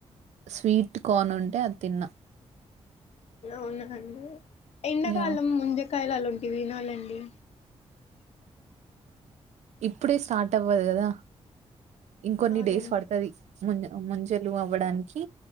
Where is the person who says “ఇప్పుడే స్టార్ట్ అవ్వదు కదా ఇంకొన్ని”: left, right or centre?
Right